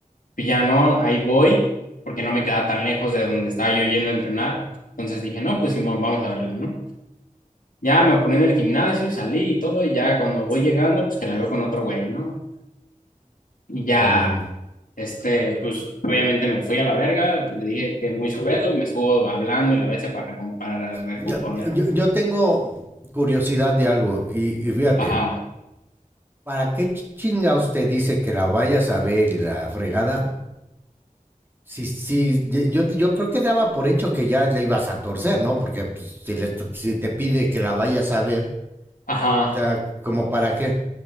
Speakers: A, on the left; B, on the right.
A: Pues ya no, ahí voy, porque no me quedaba tan lejos de donde estaba yo yendo a entrenar, entonces dije, no, pues Simón, vamos a verla, ¿no? Ya me puse en el gimnasio, salí y todo, y ya cuando voy llegando, pues que la veo con otro güey, ¿no? Y ya,
B: No mames.
A: este, pues obviamente me fui a la verga, le dije que muy sujeto, me estuvo hablando y la vez para, recom- para recuponer.
B: Yo, Yo, yo tengo curiosidad de algo y, y fíjate,
A: Ajá,
B: ¿para qué chinga usted dice que la vayas a ver y la fregada? Si, si, yo, yo creo que daba por hecho que ya le ibas a torcer, ¿no? Porque pues, si, le- si te pide que la vayas a ver,
A: ajá.
B: ya como para qué,